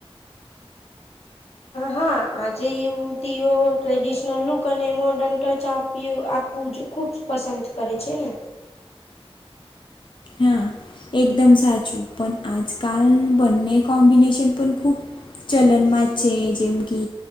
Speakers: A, on the left (about 80°); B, on the left (about 50°).
A: હા આજે યુવતીઓ ટ્રેડિશનલ લુક અને મોડર્ન ટચ આપ. ઉપયોગ આપવું જ ખૂબ પસંદ કરે છે ને.
B: હા એકદમ સાચું પણ આજકાલ બંને કોમ્બિનેશન પણ ખૂબ. ચલનમાં છે જેમ કે.